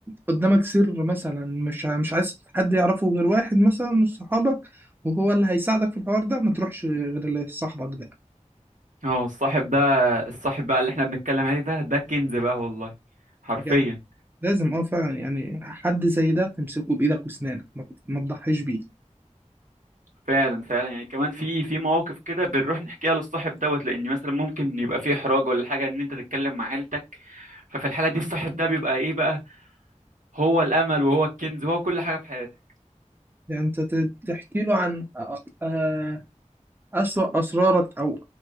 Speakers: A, on the right (about 15°); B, on the right (about 85°).
A: قدامك سر مثلا مش ع- مش عايز حد يعرفه غير واحد مثلا من صحابك وهو اللي هيساعدك في الحوار ده ما تروحش غير اللي صاحبك ده
B: اه الصاحب ده الصاحب بقى اللي احنا بنتكلم عليه ده ده كنز بقى والله حرفيا
A: يعني لازم اه فعلا يعني حد زي ده تمسكه بإيدك وأسنانك ما ما تضحيش بيه
B: فعلا فعلا يعني كمان في في مواقف كده بنروح نحكيها للصاحب دوت لان مثلا ممكن يبقى في احراج ولا حاجه ان انت تتكلم مع عيلتك ففي الحاله دي الصاحب ده بيبقى ايه بقى هو الامل وهو الكنز وهو كل حاجه في حياتك
A: يعني انت ت- تحكي له عن أ- آه، أسوأ أسرارك أو